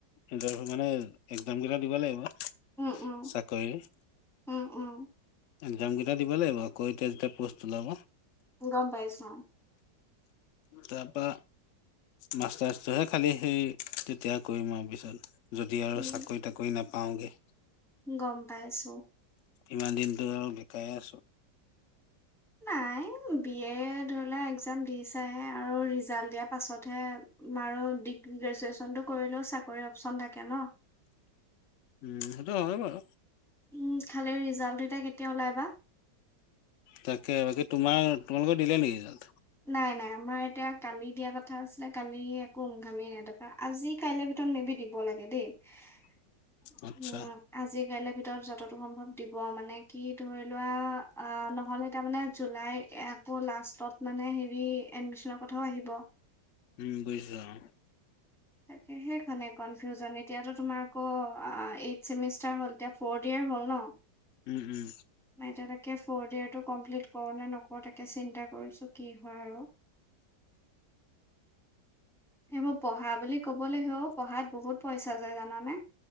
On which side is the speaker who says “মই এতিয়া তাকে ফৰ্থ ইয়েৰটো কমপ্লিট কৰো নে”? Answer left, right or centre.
Centre